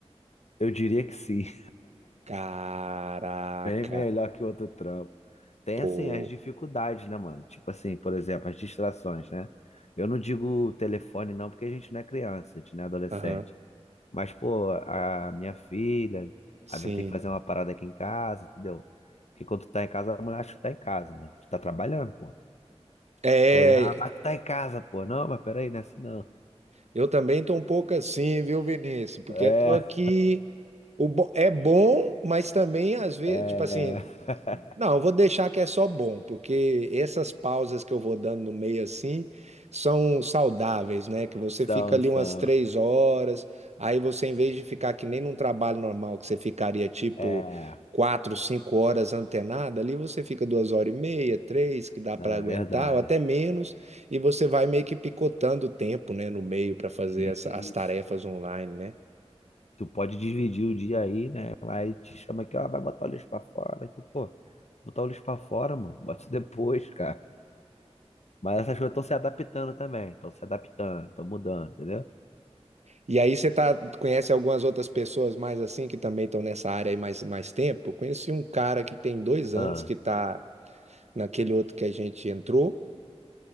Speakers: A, on the left; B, on the right.
A: Eu diria que sim. <laughs>
B: Caraca,
A: Bem melhor que outro trampo. Tem,
B: pô.
A: assim, as dificuldades, né, mano? Tipo assim, por exemplo, as distrações, né? Eu não digo telefone, não, porque a gente não é criança, a gente não é adolescente.
B: Aham,
A: Mas, pô, a minha filha,
B: sim.
A: às vezes tem que fazer uma parada aqui em casa, entendeu? Porque quando tu tá em casa, a mulher acha que tu tá em casa, né? Tu tá trabalhando, pô.
B: É,
A: E aí, ah, mas tu tá em casa, pô. Não, mas peraí, não é assim não.
B: Eu também tô um pouco assim, viu, Vinícius? Porque
A: É,
B: eu tô aqui. O bo- É bom, mas também às vezes,
A: é.
B: tipo assim,
A: <laughs>
B: não, eu vou deixar que é só bom, porque essas pausas que eu vou dando no meio assim são saudáveis, né? Que você
A: São,
B: fica ali
A: são.
B: umas três horas, aí você, em vez de ficar que nem num trabalho normal, que você ficaria tipo
A: É,
B: quatro, cinco horas antenada, ali você fica duas horas e meia, três, que dá para
A: não,
B: aguentar,
A: é verdade.
B: ou até menos. E você vai meio que picotando o tempo, né, no meio para fazer
A: E
B: as, as tarefas
A: Isso.
B: online, né?
A: Tu pode dividir o dia aí, né? Aí te chama aqui, ó, vai botar o lixo pra fora. E tu, pô, botar o lixo pra fora, mano. Bota isso depois, <laughs> cara. Mas essas coisas estão se adaptando também. Estão se adaptando, estão mudando, entendeu?
B: E aí você tá, conhece algumas outras pessoas mais assim que também estão nessa área aí mais, mais tempo? Eu Conheci um cara que tem dois anos
A: Ah,
B: que tá naquele outro que a gente entrou,